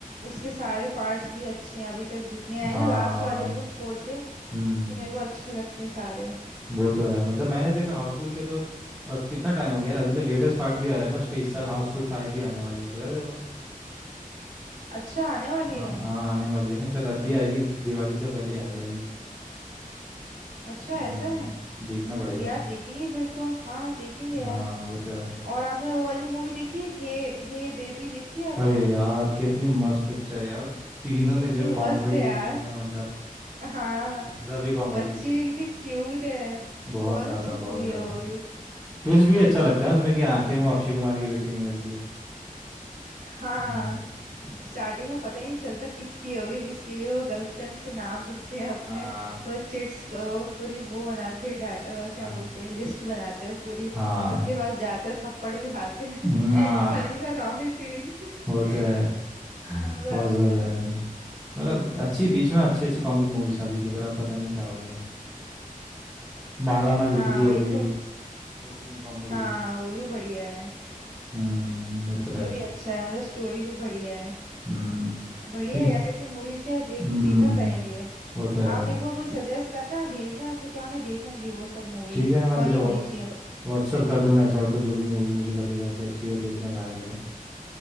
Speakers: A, on the right; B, in the centre.
A: उसके सारे पार्ट्स भी अच्छे हैं अभी तक जितने आए
B: हाँ
A: ना लास्ट वाले को छोड़ के
B: हम्म
A: तो मेरे को अच्छे लगते हैं सारे
B: वो तो है मतलब मैंने देखा हाउसफुल के तो अ, कितना टाइम हो गया यार अभी तो लेटेस्ट पार्ट भी आ रहा है ना उसका इस साल हाउसफुल फाइव भी आने वाली है पता है तेरे को
A: अच्छा आने वाली
B: हाँ
A: है
B: हाँ आने वाली है ना शायद अब भी आएगी दिवाली से पहले ही आ जाएगी
A: अच्छा
B: हम्म
A: ऐसा है
B: देखना पड़ेगा
A: यार देखेंगे फिर तो हाँ देखेंगे यार
B: हाँ वो तो है
A: और आपने वो वाली मूवी देखी है हे हे बेबी देखी है आपने
B: अरे यार कितनी मस्त पिक्चर है यार तीनों
A: किसी
B: ने जो कॉमेडी
A: मस्त है यार
B: की है ना मतलब
A: हाँ
B: गजब ही
A: वो
B: कॉमेडी
A: बच्ची
B: की है
A: भी कितनी क्यूट है
B: बहुत
A: बहुत
B: ज़्यादा
A: अच्छी
B: बहुत
A: मूवी
B: ज़्यादा
A: है वो
B: ट्विस्ट भी अच्छा लगता है उसमें कि आखिर में अक्षय कुमार की बेटी निकलती है
A: हाँ
B: हम्म,
A: स्टार्टिंग में पता ही नहीं चलता किसकी होगी किसकी होगी वो
B: हम्म,
A: गर्लफ्रेंड्स के नाम लिखते हैं अपने
B: हाँ
A: वो चिट्स वो पूरी वो बनाते हैं डा- अ,
B: हाँ
A: क्या बोलते हैं लिस्ट बनाते हैं वो पूरी
B: हाँ
A: सबके पास जाते हैं थप्पड़ भी खाते हैं
B: हम्म,
A: <laughs>
B: हाँ
A: फनी सा काफी सीन <laughs>
B: वो तो है
A: मजा
B: बहुत
A: आता
B: जोरदार
A: है
B: थी मतलब अच्छी बीच में अच्छी अच्छी कॉमिक मूवीज आती थी पर अब पता नहीं क्या हो गया माला माल
A: हाँ
B: वीकली
A: वही
B: हो गई
A: तो
B: वो कितनी कॉमेडी
A: हाँ
B: थी
A: वो भी बढ़िया है
B: हम्म वो
A: उसमें
B: तो है
A: भी अच्छा है मतलब स्टोरी भी बढ़िया है
B: हम्म
A: बढ़िया
B: ठीक
A: है यार ऐसी मूवीज क्या देख
B: हम्म
A: देखा करेंगे
B: वो तो है
A: आप मेरे को कोई सजेस्ट करना भेजना तो क्या मैं देखूंगी वो सब मूवीज
B: ठीक है ना मैं
A: फनी
B: तुझे
A: होनी चाहिए
B: व्हाट्सअप कर दूंगा ऐसा हो तो जो भी मूवी मुझे लगेगा कि अच्छी है देखने लायक है तो